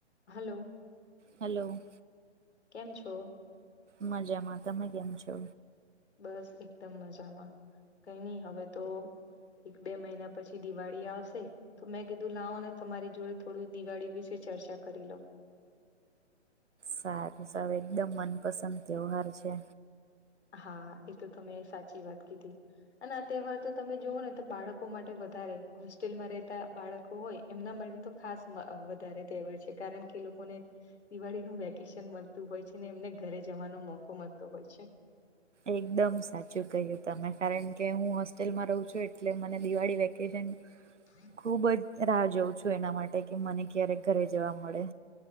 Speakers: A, on the left (about 65°); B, on the right (about 80°).
A: Hello.
B: Hello.
A: કેમ છો.
B: મજામાં તમે કેમ છો.
A: બસ એકદમ મજામાં કઈ ની હવે તો એક બે મહિના પછી દિવાળી આવશે. તો મેં કીધું લાવ અને તમારી જોડે થોડી દિવાળી વિશે ચર્ચા કરી લઉ.
B: સારું સાવ એકદમ મનપસંદ તહેવાર છે.
A: હા એ તો તમે સાચી વાત કીધી. અને આ તહેવાર તો તમે જોઓ ને તો બાળકો માટે વધારે હોસ્ટેલમાં રહેતા બાળકો હોય એમના માટે તો ખાસ વધારે તહેવાર છે કારણ કે લોકોને દિવાળી નું વેકેશન મળતું હોય છે ને એમને ઘરે જવાનો મોકો મળતો હોય છે.
B: એકદમ સાચું કહ્યું તમે કારણ કે હું હોસ્ટેલમાં રહું છું એટલે મને દિવાળી વેકેશન
A: <inaudible>
B: ખુબ જ રાહ જોઉં છું એના માટે કે મને ક્યારેક ઘરે જવા મળે.